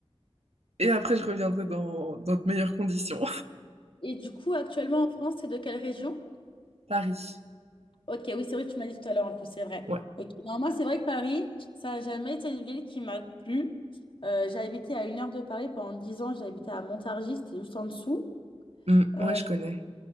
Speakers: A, on the right (about 80°); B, on the left (about 55°).
A: et après je
B: Et,
A: reviendrai dans, dans de meilleures conditions.
B: et du coup, actuellement en France, c'est de quelle région?
A: <laughs> Paris.
B: Ok, oui, c'est vrai, tu m'as dit tout à l'heure en plus, c'est vrai.
A: Ouais,
B: Ok, Non, moi, c'est vrai que Paris, ça n'a jamais été une ville qui m'a plu. Euh, j'ai habité à une heure de Paris pendant 10 ans, j'ai habité à Montargis, c'était juste en dessous.
A: Mm,
B: Euh,
A: ouais, je connais.